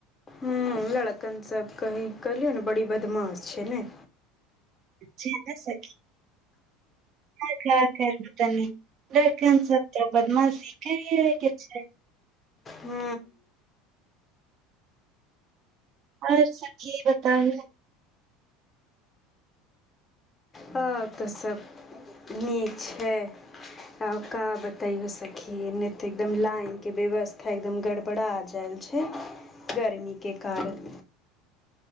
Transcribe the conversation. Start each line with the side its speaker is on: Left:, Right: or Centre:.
Left: ह लड़कन सब की करलियौ ने बड़ी बदमाश छै ने
Right: छैी तऽ स ह ख खरब तनी दकन सत्य बदमाासी कके छै
Left: हू
Right: आओर सबी बताउू
Left: हँ तऽ सभ नीक छै, आका बताैयओ सखी नहि तऽ एकदम लाइनके व्यवस्था एकदम गड़बड़ा जायल छै, गर्मी के कारण